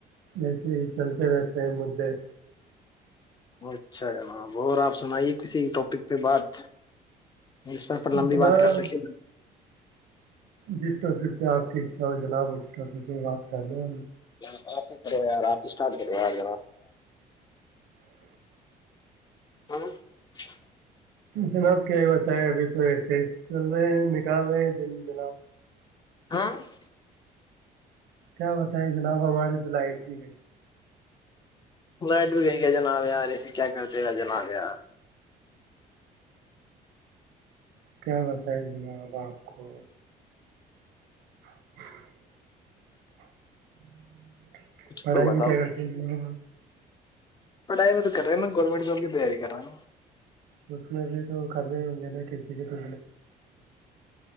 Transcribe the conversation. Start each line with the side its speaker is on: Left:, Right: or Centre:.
Right: ایسے ہی چلتے رہتے ہیں مدے
Left: اچھا جناب اور آپ سنائیے کسی ٹاپک پہ بات اس پر پر لمبی
Right: جناب
Left: بات کر سکے
Right: جس ٹاپک پہ آپ کی اچھا ہو جناب ا ٹوکی کی بات کرہ لو
Left: آ آپ کرو یار آپ اسٹارٹ کراراج
Right: ہ
Left: ہاں <unintelligible>
Right: جناب کیا یہ بتائے ابھی تو ایسے ہی چل رہے ہیں نکال رہے ہیں دن <unintelligible>
Left: <unintelligible>
Right: کیا بتائے ج نپا م ل آٹ <unintelligible> <unintelligible>
Left: لائٹ بھی گئی جناب یار ایے کیا کرتے گا جناب یار
Right: کیا بتائی جناب آپ کو <inaudible>
Left: کچھ
Right: پڑھائی
Left: تو بتاؤ
Right: میں کیا کرتی ہیں تمہارے ب
Left: پڑائیم تو کر رہ ہےا گنمنٹ کی تیاری کر رہے ہیں
Right: اس میں بھی تو کر رہ ہوں گے کہسی کہ تو